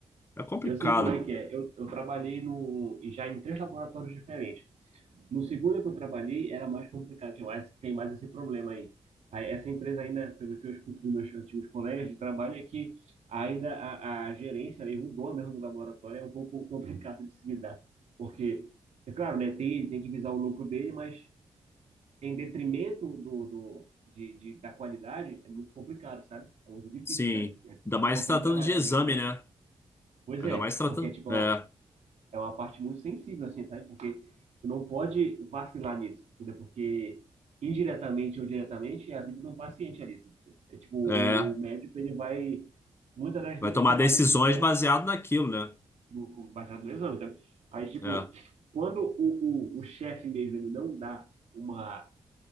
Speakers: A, on the left; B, on the right.
A: É complicado.
B: Eu sei como é que é. Eu, eu trabalhei no, já em três laboratórios diferentes. No segundo que eu trabalhei era mais complicado, tinha mais, tem mais esse problema aí. Aí, Essa empresa ainda, pelo que eu escuto dos meus antigos colegas de trabalho, é que ainda a, a gerência, mesmo o dono mesmo do laboratório, é um pouco complicado de se lidar. Porque, é claro, né, tem, ele tem que visar o lucro dele, mas em detrimento do, do, de, de- da qualidade, é muito complicado, sabe? É muito difícil
A: Sim.
B: isso aí. né?
A: Ainda mais
B: Não consegue
A: se tratando
B: trabalhar
A: de exame,
B: bem, sabe?
A: né?
B: Pois
A: Ainda
B: é,
A: mais se tratando.
B: porque tipo,
A: É,
B: é uma parte muito sensível, assim, sabe? Porque tu não pode vacilar nisso, entendeu? Porque indiretamente ou diretamente é a vida de um paciente ali. assim. É tipo, o,
A: é.
B: o médico, ele vai muitas das
A: Vai
B: vezes
A: tomar
B: tomar
A: decisões
B: a decisão
A: baseado naquilo, né?
B: do, baseado no exame, tá? Aí, tipo,
A: É,
B: quando o, o, o chefe mesmo, ele não dá uma,